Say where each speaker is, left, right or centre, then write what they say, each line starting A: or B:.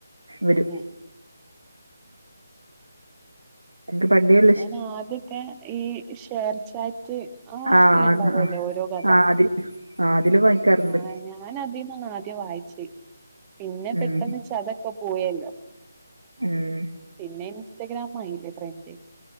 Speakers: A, on the right; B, on the right.
A: വരും
B: ഉം
A: <unintelligible>
B: ഞാനാദ്യക്കെ ഈ ശെർച്ചാറ്റ് ആ അപ്പില്ണ്ടാവല്ലോ
A: ആഹ് ആഹ്
B: ഓരോ കഥ
A: ആഹ് അതില് ആഹ് അതില് വായിക്കാറുണ്ട്
B: ആഹ് ഞാ ഞാനതീന്നാണാദ്യം വായിച്ചേ പിന്നെ
A: ഉം
B: പെട്ടെന്ന്ച്ച് അതൊക്കെ പോയല്ലോ
A: ഉം
B: പിന്നെ ഇൻസ്റ്റഗ്രാമായീലേ ട്രെൻഡ്